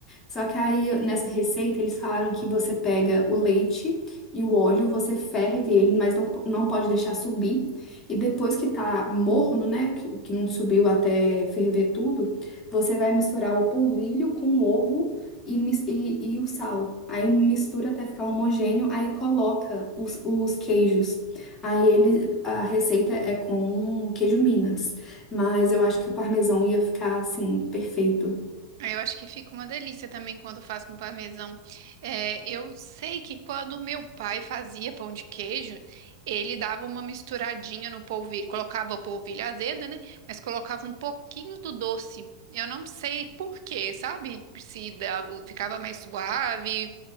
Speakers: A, on the left (about 20°); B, on the right (about 70°).
A: Só que aí nessa receita eles falaram que você pega o leite e o óleo, você ferve ele, mas não, po- não pode deixar subir. E depois que tá morno, né, que, que não subiu até ferver tudo, você vai misturar o polvilho com o ovo e, mis- e, e o sal. Aí mistura até ficar homogêneo, aí coloca os, os queijos. Aí ele, a receita é com queijo Minas, mas eu acho que o parmesão ia ficar assim, perfeito.
B: Ah, Eu acho que fica uma delícia também quando faz com parmesão. É, eu sei que quando meu pai fazia pão de queijo, ele dava uma misturadinha no polvilho, colocava o polvilho azedo, né? Mas colocava um pouquinho do doce. Eu não sei por quê, sabe? Se dava- ficava mais suave